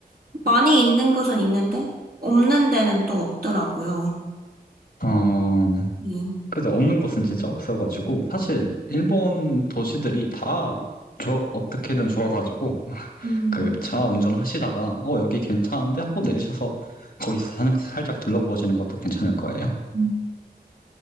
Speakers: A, on the right; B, on the left.
A: 많이 있는 곳은 있는데 없는 데는 또 없더라고요.
B: 어,
A: 예.
B: 그래서 없는 곳은 진짜 없어가지고, 사실, 일본 도시들이 다, 좋 어떻게든 좋아가지고,
A: 음,
B: 그, 차 운전하시다가, 어, 여기 괜찮은데? 하고 내리셔서, 거기서 사- 살짝 둘러보시는 것도 괜찮을 거예요.
A: 음.